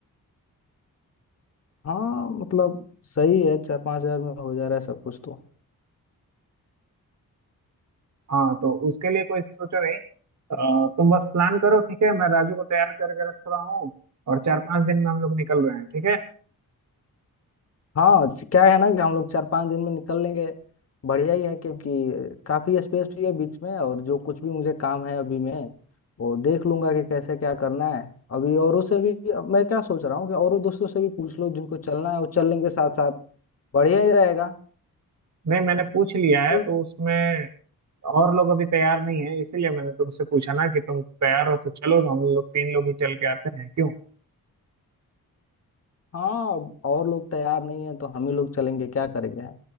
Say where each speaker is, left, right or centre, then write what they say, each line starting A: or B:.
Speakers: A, on the left; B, on the right.
A: हाँ मतलब सही है चार पाँच हजार में हो जा रहा है सब कुछ तो
B: हाँ तो उसके लिए कोई सोचो नहीं अ, तुम बस प्लान करो ठीक है मैं राजू को तैयार करके रख रहा हूँ और चार पांच दिन में हम लोग निकल रहे हैं ठीक है
A: हाँ च- क्या है ना कि हम लोग चार पांच दिन में निकल लेंगे बढ़िया ही है क्योंकि काफी स्पेस भी है बीच में और जो कुछ भी मुझे काम है अभी मैं वो देख लूंगा कि कैसे क्या करना है अभी औरों से भी अब मैं क्या सोच रहा हूँ कि औरों दोस्तों से भी पूछ लो जिनको चलना है वो चल लेंगे साथ साथ बढ़िया ही रहेगा
B: नहीं मैंने पूछ लिया
A: क्यों-
B: है तो उसमें और लोग अभी तैयार नहीं है इसीलिए मैंने तुमसे पूछा ना कि तुम तैयार हो तो चलो हम लोग तीन लोग ही चल के आते हैं क्यों
A: हाँ अब और लोग तैयार नहीं है तो हम ही लोग चलेंगे क्या करेंगे